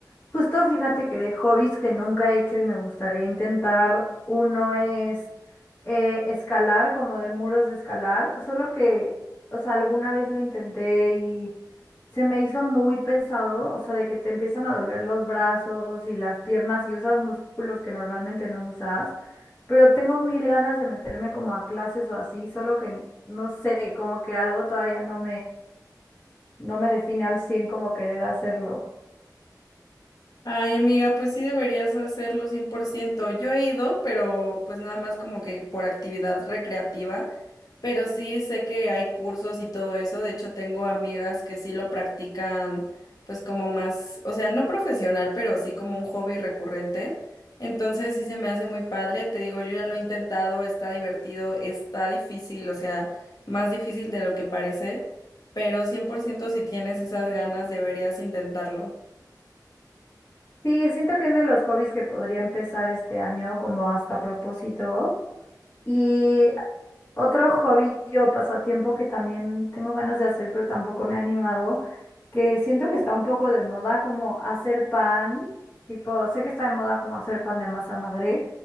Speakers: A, on the left; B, on the left.
A: Justo fíjate que de hobbies que nunca he hecho y me gustaría intentar, uno es eh, escalar, como de muros de escalar, solo que, o sea, alguna vez lo intenté y se me hizo muy pesado, o sea, de que te empiezan a doler los brazos y las piernas y usas músculos que normalmente no usas, pero tengo mil ganas de meterme como a clases o así, solo que no sé, como que algo todavía no no me define al 100 como querer hacerlo.
B: Ay, amiga, pues sí deberías hacerlo 100%. Yo he ido, pero pues nada más como que por actividad recreativa, pero sí sé que hay cursos y todo eso. De hecho, tengo amigas que sí lo practican pues como más, o sea, no profesional, pero sí como un hobby recurrente. Entonces sí se me hace muy padre. Te digo, yo ya lo he intentado, está divertido, está difícil, o sea, más difícil de lo que parece, pero 100% si tienes esas ganas deberías intentarlo.
A: Sí, siento que es de los hobbies que podría empezar este año como hasta propósito. Y otro hobby o pasatiempo que también tengo ganas de hacer, pero tampoco me he animado, que siento que está un poco de moda como hacer pan, tipo, sé que está de moda como hacer pan de masa madre,